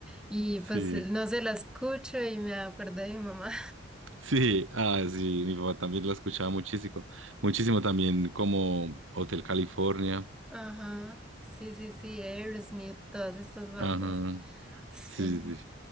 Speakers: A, in the centre; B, on the right (about 70°).
A: y
B: Sí.
A: pues no se la escucho y me acuerdo de mi mamá.
B: Sí, ah, sí, mi papá también lo escuchaba muchísimo, muchísimo también como Hotel California,
A: <laughs> Ajá, sí, sí, sí, Aerosmith, todas estas bandas.
B: ajá,
A: Sí.
B: sí, sí, sí.